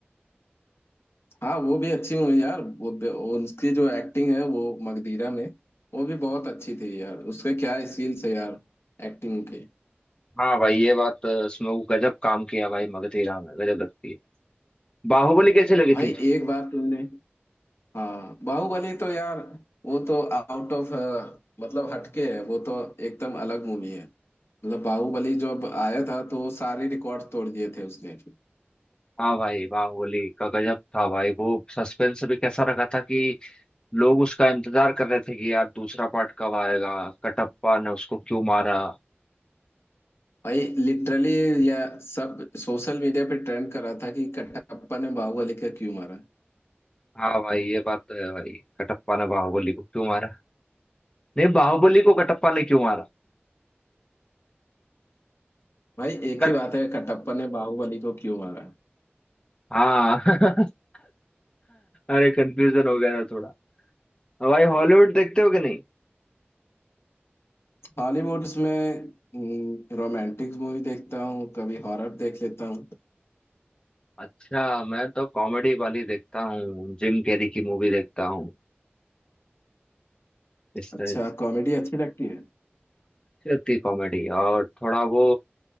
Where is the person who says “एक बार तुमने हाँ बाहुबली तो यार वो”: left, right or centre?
Left